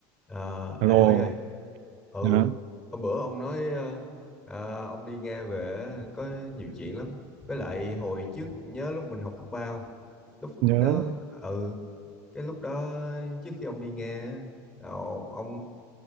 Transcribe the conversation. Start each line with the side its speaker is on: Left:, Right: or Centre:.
Centre: Ờ,
Right: alo
Centre: ê Huy ơi, ừ,
Right: nhớ
Centre: hôm bữa ông nói ờ, ờ, ông đi Nga về có nhiều chuyện lắm. Với lại hồi trước nhớ lúc mình học cấp ba không? Lúc
Right: nhớ
Centre: đó, ừ, cái lúc đó trước khi ông đi Nga, á, ờ, ông